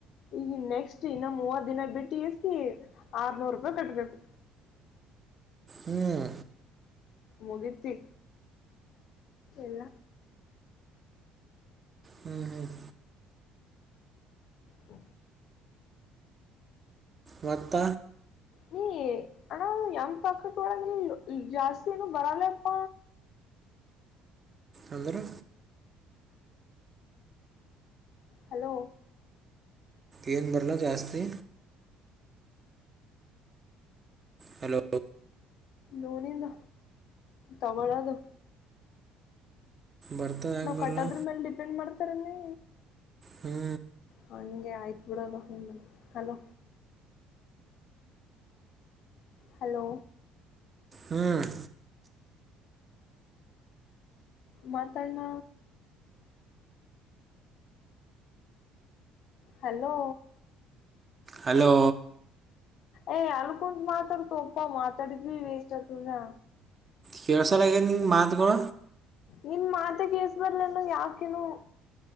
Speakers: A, on the left; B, on the right.
A: ಈಗ ನೆಕ್ಸ್ಟ್ ಇನ್ನು ಮೂವತ್ ದಿನ ಬಿಟ್ಟು ಸ ಆರ್ನೂರು ರೂಪಾಯಿ ಕಟ್ಬೇಕು
B: ಹ್ಮ್
A: ಮುಗತಿ ಎಲ್ಲ
B: ಹ್ಮ್ ಹ್ಮ್
A: ಹ
B: ಮತ್ತ
A: ನೀ ಅಣ ಯಂಗ್ ಪಕಟ್ ಒಳ ಜಾಸ್ತಿ ಏನು ಬರಲ್ಲಪ್ಪ
B: ಅಂದರು
A: ಹಲೋ
B: ಏನ್ ಬರಲ ಜಾಸ್ತಿ ಹಲೋ
A: ನೋನಿಂದ ತವಳದು
B: ಬರ್ತದೆ ಯಾಕೆ
A: ನಾವ್
B: ಬರಲ್ಲ
A: ಕಟ್ಟದ್ರ ಮೇಲೆ ಡಿಪೆಂಡ್ ಮಾಡ್ತಾರ ನೀಿ
B: ಹ್ಞೂ
A: ಹಂಗೆ ಆಯ್ತು good afternoon ma'am hello hello
B: ಹ್ಮ್
A: ಮಾತಾಡ್ಣ ಹಲೋ
B: ಹಲೋ
A: ಏ ಅಲ್ಲಿಕ ಮಾತಾಡ ತೊಪ್ಪ ಮಾತಾಡಿ ಬಿ ವೇಸ್ಟ್ ಆ ತುುದಾ
B: ಕೆೇಳ್ಸಲ್ಲಗ ನಿ ಮಾತ್ ಗರ
A: ನಿನ್ ಮಾತೆಗೇಸ್ ಬರ್ಲನು ಯಾಕನು